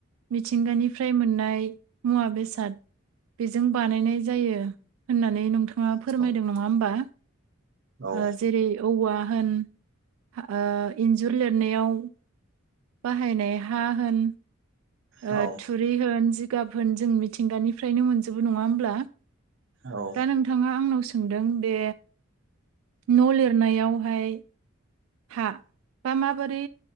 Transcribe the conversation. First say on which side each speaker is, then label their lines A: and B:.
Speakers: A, on the right; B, on the right.
A: मिथिंगानिफ्राय मोननाय मुवा बेसाद बेजों बानायनाय जायो होननानै नोंथाङा
B: हागोन
A: फोरमायदों नङा होमबा
B: नामा? औ
A: ओ जेरै औवा होन ओ इन्जुर लिरनायाव बाहायनाय हा होन ओ
B: औ
A: थुरि होन जिगाब होन जों मिथिंगानिफ्रायनो मोनजोबो नङा होमब्ला
B: औ
A: दा नोंथाङा आंनाव सोंदों बे न' लिरनायावहाय हा बा माबोरै